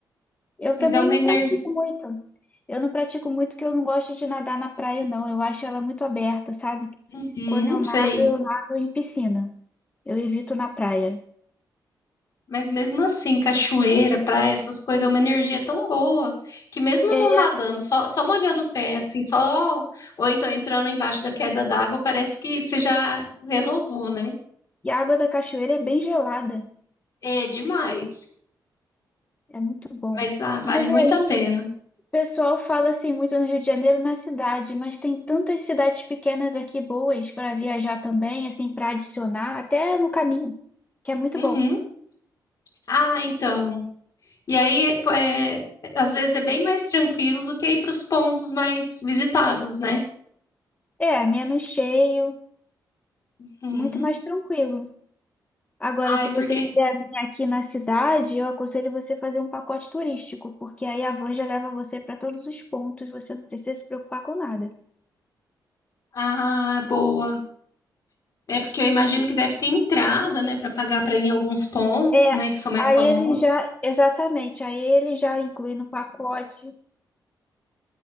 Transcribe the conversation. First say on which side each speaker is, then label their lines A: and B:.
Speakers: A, on the left (about 20°); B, on the left (about 50°).
A: eu
B: Mas
A: também
B: é uma
A: não
B: energia.
A: pratico muito. Eu não pratico muito porque eu não gosto de nadar na praia, não. Eu acho ela muito aberta, sabe?
B: Uhum,
A: Quando eu nado,
B: sei.
A: eu nado em piscina. Eu evito na praia.
B: Mas mesmo assim, cachoeira, praia, essas coisas, é uma energia tão boa que mesmo
A: É,
B: não nadando, só, só molhando o pé, assim, só. Ou então entrando embaixo da queda d'água, parece que você já renovou, né?
A: e a água da cachoeira é bem gelada,
B: É demais.
A: é muito bom.
B: Mas ah, vale
A: Mas
B: muito
A: aí
B: a pena.
A: O pessoal fala assim muito no Rio de Janeiro na cidade, mas tem tantas cidades pequenas aqui boas para viajar também, assim, para adicionar, até no caminho, que é muito
B: Uhum.
A: bom.
B: Ah, então. E aí, pô, é, às vezes é bem mais tranquilo do que ir para os pontos mais visitados, né?
A: É, menos cheio,
B: Uhum.
A: muito mais tranquilo. Agora,
B: Ai,
A: se
B: porque.
A: você quiser vir aqui na cidade, eu aconselho você fazer um pacote turístico, porque aí a van já leva você para todos os pontos, você não precisa se preocupar com nada.
B: Ah, boa. É porque eu imagino que deve ter entrada, né, para pagar para ir em alguns pontos,
A: É,
B: né, que são mais
A: aí
B: famosos.
A: ele já, exatamente, aí ele já inclui no pacote.